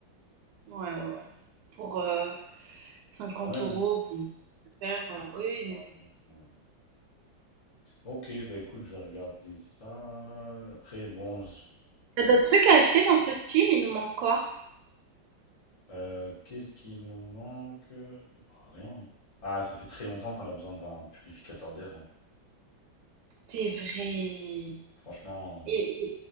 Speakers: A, on the right; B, on the left.
A: Ouais, ouais, ouais. Pour, euh, 50
B: Quand même,
A: euros,
B: hein.
A: bon, ça peut faire, euh, oui, oui, mais
B: Ouais,
A: bon.
B: ouais. Ok, bah écoute, je vais regarder ça. Après, bon, je-
A: T'as d'autres trucs à acheter dans ce style? Il nous manque quoi?
B: euh, qu'est-ce qui nous manque? Bah, rien. hein. Ah, ça fait très longtemps qu'on a besoin d'un purificateur d'air. hein.
A: C'est vrai.
B: Franchement,
A: Et,